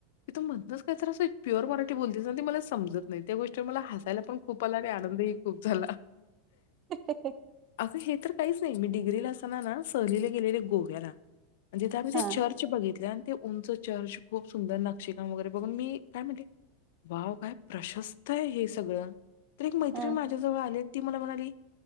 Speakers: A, on the left; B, on the right.
A: की तू मध्नच काहीतर अस एक प्युअर मराठी बोलतीस ना तू ते मला समजत नाही, त्या गोष्टीव मला हासायला पण खूप आला आणि आनंदही खूप झाला.
B: <inaudible>
A: अगं हे तर काहीच नाही मी डिग्री ला असताना ना सहलीला गेलेले गोव्याला, आणि तिथे आम्ही ते
B: हा.
A: चर्च बघितले आणि ते उंच चर्च खूप सुंदर नागक्षिका वगैरे बघून मी काय म्हटलं वाव काय प्रशस्त आहे हे सगळं. तर एक मैत्रिणी
B: हं
A: माझ्याजवळ आले ती मला म्हणाली